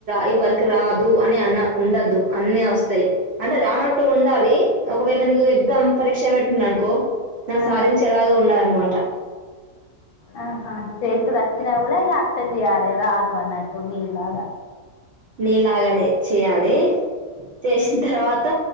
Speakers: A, on the right (about 75°); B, on the left (about 70°).
A: ఇది వర్క్ రాదు అని అన్న ఉండదు అన్న వస్తాయి అంటే రానట్టు ఉండాలి ఒకవేళ పిల్లలకు ఎగ్జామ్ పరీక్ష పెట్టింది అనుకో దాన్ని
B: ఆ
A: సాధించే అలాగా ఉండాలనమాట
B: ఆహా చేసుడు వచ్చినా కూడా యాక్షన్ చేయాలి రాదు అన్నట్టు మీలాగా
A: నీలాగనే చేయాలి చేసిన తర్వాత